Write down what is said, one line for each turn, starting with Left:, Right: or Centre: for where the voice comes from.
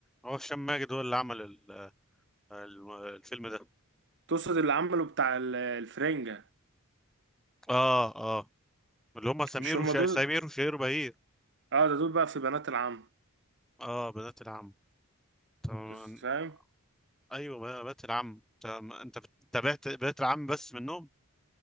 Centre: هو هشام ماجد هو اللي عمل الم- الفيلم ده
Right: تقصد اللي عمله بتاع ال- الفرنجة
Centre: اه اه اللي هم سمير
Right: مش هما
Centre: وشا...
Right: دول
Centre: سمير وشهير وبهير
Right: آه ده دول بقى في بنات العم
Centre: اه بنات العم تمام
Right: بس فاهم
Centre: ايوه بنات العم تمام. انت تابعت بنات العم بس منهم